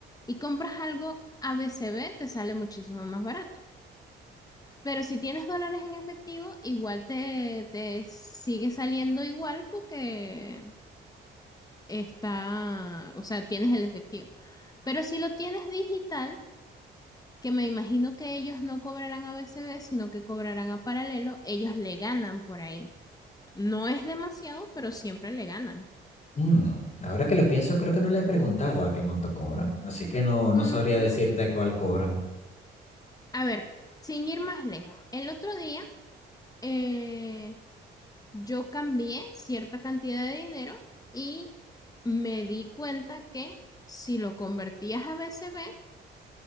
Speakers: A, on the left (about 20°); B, on the left (about 40°).
A: y compras algo a B C B te sale muchísimo más barato. Pero si tienes dólares en efectivo, igual te, te sigue saliendo igual porque está, o sea, tienes el efectivo. Pero si lo tienes digital, que me imagino que ellos no cobrarán a BCB, sino que cobrarán a paralelo, ellos le ganan por ahí. No es demasiado, pero siempre le ganan.
B: Mm, ahora que lo pienso, creo que no le he preguntado a qué monto cobran, así que no, no
A: Uh
B: sabría
A: -huh.
B: decirte a cuál cobran.
A: A ver, sin ir más lejos, el otro día eh, yo cambié cierta cantidad de dinero y me di cuenta que si lo convertías a BCB,